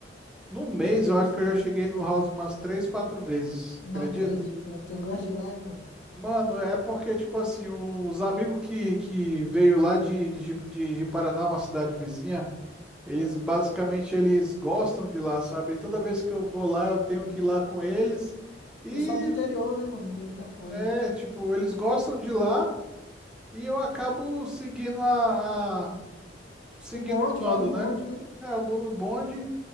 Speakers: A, in the centre; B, on the left.
A: No mês, eu acho que eu já cheguei no house umas três, quatro vezes,
B: Não
A: acredito?
B: acredito, mano. Tu gosta de ir lá, mano?
A: Mano, é porque, tipo assim, os amigos que, que veio lá de, de, Ji- de, de Paraná, uma cidade vizinha, eles
B: Ah,
A: basicamente eles gostam de lá, sabe? E toda vez que eu vou lá, eu tenho
B: hum.
A: que ir lá com eles. E
B: Pessoal do interior, né, mano? Não tem muita coisa.
A: é, tipo, eles gostam de lá e eu acabo seguindo a, a- seguindo
B: O bonde,
A: o bando,
B: vai no bonde,
A: né?
B: né?
A: É, eu vou no bonde.